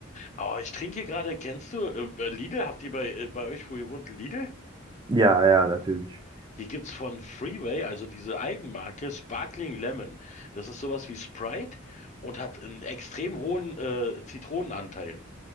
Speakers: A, on the left; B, on the right.
A: Oh, ich trinke gerade, kennst du äh, Lidl? Habt ihr bei, äh, bei euch, wo ihr wohnt, Lidl?
B: ja, ja, natürlich.
A: Hier gibt's von Freeway, also diese Eigenmarke, Sparkling Lemon. Das ist sowas wie Sprite und hat einen extrem hohen äh, Zitronenanteil.